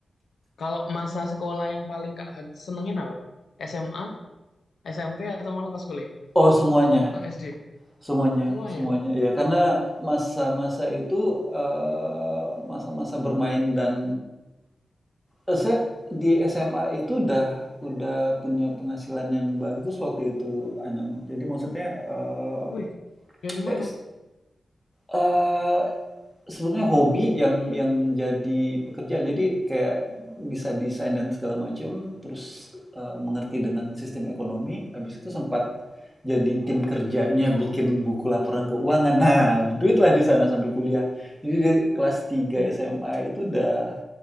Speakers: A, on the left (about 75°); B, in the centre.
A: kalau masa sekolah yang paling Kak Han senengin apa SMA SMP atau malah pas kuliah
B: Oh, semuanya.
A: atau SD
B: Semuanya,
A: semuanya
B: semuanya. Iya, karena masa-masa itu, eee, masa-masa bermain dan eee, saya di SMA itu udah udah punya penghasilan yang bagus waktu itu, Anam. Jadi maksudnya, eee,
A: wih dari
B: es
A: mana
B: eee Sebenarnya hobi yang yang jadi pekerjaan. Jadi kayak bisa desain dan segala macam, terus eh, mengerti dengan sistem ekonomi. Habis itu sempat jadi tim kerjanya bikin buku laporan keuangan. Nah, berduitlah di sana sampai kuliah. Jadi di kelas 3
A: Hmm,
B: SMA itu udah